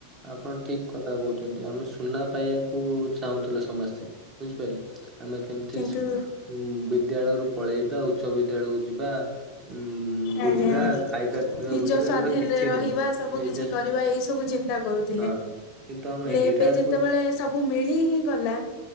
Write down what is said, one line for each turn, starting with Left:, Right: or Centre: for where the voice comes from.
Right: ଆପଣ ଠିକ କଥା କହୁଛନ୍ତି ଆମେ ସୁନା ପାଇବାକୁ ଚାହୁଁଥିଲେ ସମସ୍ତେ ବୁଝିପାରିଲେ। ଆମେ କେମିତି
Left: କିନ୍ତୁ
Right: ଉଁ ବିଦ୍ୟାଳୟରୁ ପଳେଇବା ଉଚ୍ଚ ବିଦ୍ୟାଳୟକୁ ଯିବା। ଉଁ ବୁଲିବା
Left: ଆଜ୍ଞା ନିଜ
Right: ଖାଇବା ପିଇବା ବୁଲିବା
Left: ସ୍ଵାଧୀନ
Right: ଏଗୁଡା କିଛି
Left: ରେ ରହିବା
Right: ନାହିଁ
Left: ସବୁ
Right: ନିଜେ
Left: କିଛି କରିବା ଏଇ ସବୁ ଚିନ୍ତା କରୁ ଥିଲେ
Right: ହଁ।
Left: ହେଲେ
Right: କିନ୍ତୁ ଆମେ ହୀରାକୁଦ
Left: ଏବେ ଯେତେବେଳେ ସବୁ ମିଳି ହିଁ ଗଲା